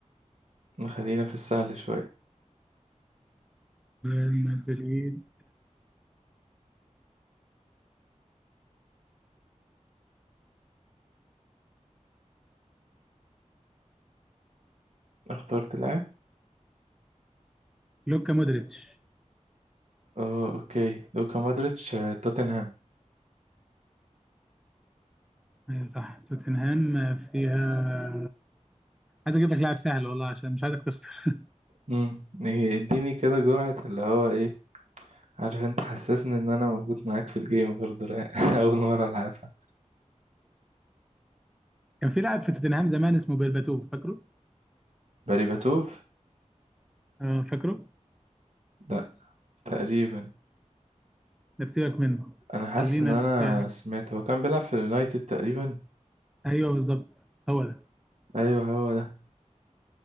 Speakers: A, on the right; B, in the centre.
A: خلينا في السهل شوية
B: ريال مدريد
A: اخترت لاعب
B: لوكا مودريتش
A: اه اوكي لوكا مودريتش آه، توتنهام
B: ايوه صح توتنهام فيها عايز اجيب لك لاعب سهل والله عشان مش عايزك تخسر
A: امم إيه، اديني كده جرعة اللي هو ايه عارف انت حسسني ان انا موجود معاك في الجيم برضه رايق <laughs> اول مرة العبها
B: كان في لاعب في توتنهام زمان اسمه بيرباتوف فاكره
A: باريباتوف
B: آه فاكره
A: لا تقريبا
B: ده بسيبك منه
A: انا حاسس
B: خلينا
A: ان انا
B: في
A: سمعت هو كان بيلعب في اليونايتد تقريبا
B: ايوه بالظبط هو ده
A: ايوه هو ده